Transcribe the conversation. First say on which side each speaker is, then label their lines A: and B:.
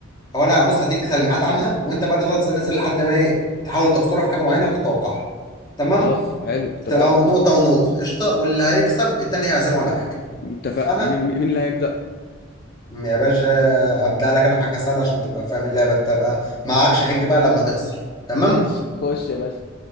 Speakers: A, on the left; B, on the left.
A: او انا بص هديك تلميحات عنها وانت بقى تفضل تسألني اسئلة لحد ما ايه تحاول تحصرها في حاجة معينة وتتوقعها تمام
B: خلاص حلو اتفقنا
A: هتبقى نقطة ونقطة قشطة واللي هيكسب التاني هيعزمه على حاجة
B: اتفقنا
A: اتفقنا
B: مين مين اللي هيبدأ
A: يا باشا ابدأ لك انا بحاجة سهلة عشان تبقى فاهم اللعبة تبقى معكش حج بقى لما تخسر تمام
B: ماشي خش يا باشا